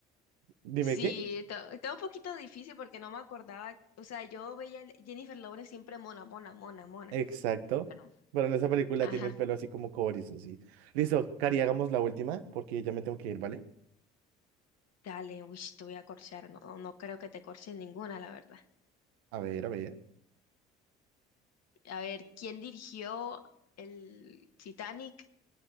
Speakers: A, on the right; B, on the left.
A: dime
B: Sí,
A: qué.
B: está está un poquito difícil porque no me acordaba, o sea, yo veía el- Jennifer Lawrence siempre mona, mona, mona, mona.
A: Exacto.
B: Bueno,
A: Pero en esa película
B: ajá,
A: tiene el pelo así como cobrizo, sí. Listo, Cari, hagamos la última porque ya me tengo que ir, ¿vale?
B: dale, uy, te voy a corchar, no, no creo que te corches ninguna, la verdad.
A: A ver, a ver.
B: A ver, ¿quién dirigió el Titanic,